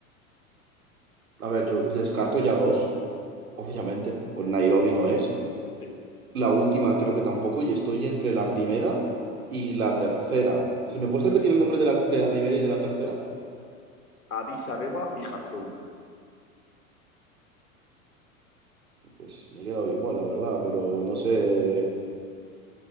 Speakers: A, on the right; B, on the left.
A: A ver, yo descarto ya dos, obviamente. Pues Nairobi no es.
B: Sí,
A: La última creo que tampoco, y estoy entre la primera y la tercera. ¿Si me puedes repetir el nombre de la, de la primera y de la tercera?
B: Addis Abeba y Jartum.
A: Pues me he quedado igual, la verdad, pero no sé.